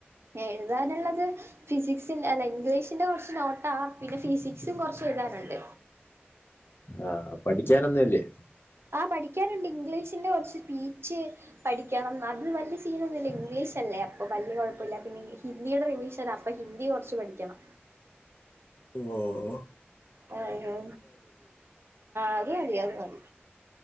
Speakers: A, on the right; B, on the left.
A: എഴുതാനുള്ളത് ഫിസിക്സിന്റെ അല്ല ഇംഗ്ലീഷിന്റെ കുറച്ച് നോട്ടാ പിന്നെ ഫിസിക് ഫിസിക്സും കുറച്ച് എഴുതാനുണ്ട്
B: ആഹ് പഠിക്കാനൊന്നുംല്ലേ?
A: ആ പഠിക്കാനുണ്ട് ഇംഗ്ലീഷിന്റെ കുറച്ച് സ്പീച്ച് പഠിക്കണം അത് വലിയ സീനൊന്നുല്ല ഇംഗ്ലീഷ് അല്ലേ അപ്പൊ വലിയ കുഴപ്പ മില്ല പിന്നെ ഹിന്ദിയുടെ റിവിഷൻ. അപ്പൊ ഹിന്ദി കുറച്ച് പഠിക്കണം
B: ഓ ഓ....
A: ആഹ് അത് മതി അത് മതി.